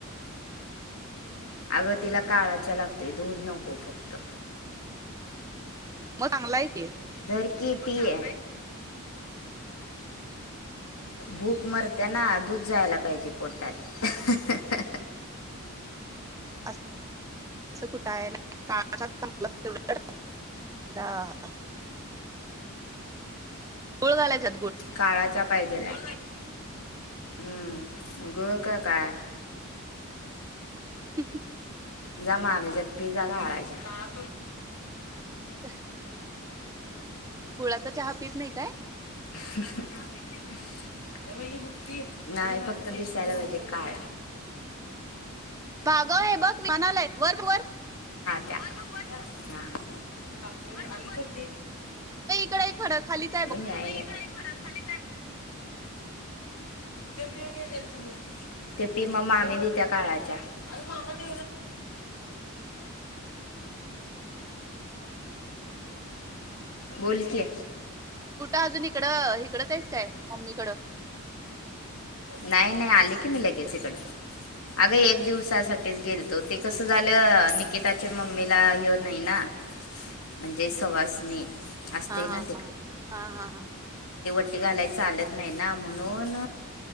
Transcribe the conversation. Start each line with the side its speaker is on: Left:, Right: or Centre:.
Left: आगतीला काळा चहा लागतोय दूध नको फक्त
Right: मग चांगला ये
Left: धरकी पी हे भूक मरताना दूध जायला पाहिजे पोटात हा हा
Right: हम् आ असं कुठं आहे ना का मलाव <unintelligible> गोळगालायचा
Left: काळा चहा पाहिजेलाय हम्म गुळ का काय
Right: म्मह
Left: जा मामीच्यात पी जा काळा चहा.
Right: हह गुळाचा चहा पीत नाय काय?
Left: आता चहा पीत नाय का नाय फक्त दिसायला पाहिजे काय?
Right: भाग हे बघ विमान आलंय वर वर
Left: वर बग वर हा कापलेल आल तर दे
Right: तकड हाय खड खालीच आहे बघ
Left: याय नाही त्यो पिऊन येत्यात तुमीच ते पी म मामी देतिया काळाच्या चहा
Right: हम् हम
Left: बोलकी
Right: कुठं अजून तिकडं हिकडच आहेस काय मम्मीकडं
Left: नाही नाही आली की मी लगेच इकडं अगं एक दिवसासाठीच गेलतो ते कसं झालं निकिताची मम्मीला येऊन नाही ना म्हणजे सवासनी असते
Right: हा हा
Left: ना
Right: हा हा हा हा
Left: वाटी घालाय चालत नाही ना म्हणून